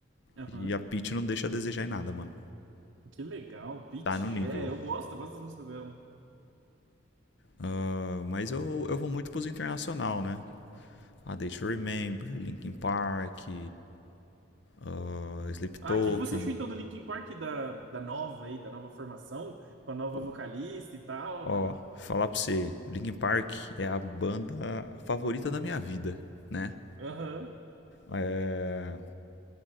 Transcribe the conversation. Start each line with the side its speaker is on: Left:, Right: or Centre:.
Right: Aham.
Left: E a Pete não deixa a desejar em nada, mano.
Right: Que legal, Pitty.
Left: Tá no nível.
Right: É, eu gosto, eu gosto das músicas dela.
Left: Ah, mas eu, eu vou muito pros internacional, né? A Day to Remember, Linkin Park, uh, Sleep
Right: Ah,
Left: Token.
Right: o que que você achou então do Linkin Park, da, da nova aí, da nova formação, com a nova
Left: Pô,
Right: vocalista e tal?
Left: ó, falar pra você, Linkin Park é a banda favorita da minha vida, né?
Right: Aham,
Left: É,